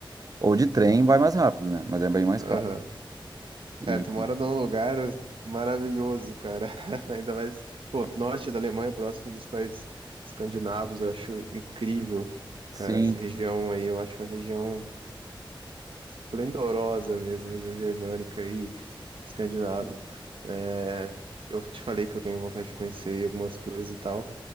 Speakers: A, on the right (about 45°); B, on the right (about 75°).
A: Ou de trem vai mais rápido, né? Mas é bem mais
B: Aham.
A: caro. E
B: É, tu mora num lugar maravilhoso, cara. <laughs> Ainda mais, pô, norte da Alemanha, próximo dos países escandinavos, eu acho incrível,
A: sim.
B: cara, essa região aí, eu acho uma região esplendorosa mesmo, a região germânica e escandinava. É, eu te falei que eu tenho vontade de conhecer algumas coisas e tal,